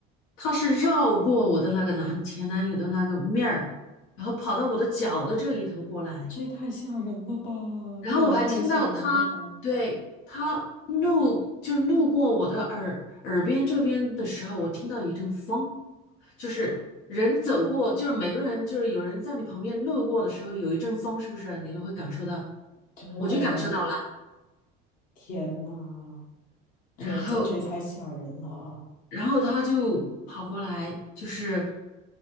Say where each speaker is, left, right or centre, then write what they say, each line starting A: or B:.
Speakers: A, on the left (about 80°); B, on the left (about 45°).
A: 他是绕过我的那个男前男友的那个面儿，然后跑到我的脚的这一头过来，
B: 这也太吓人了吧！
A: 然后我还听到他对他路就是路过我的耳耳边这边的时候，
B: 这也太吓人了吧！
A: 我听到一阵风。就是人走过，就是每个人，就是有人在你旁边路过的时候，有一阵风，是不是你都会感受到？
B: 对，
A: 我就感受到了，
B: 天呐，这这这也太吓人了！
A: 然后，然后他就跑过来，就是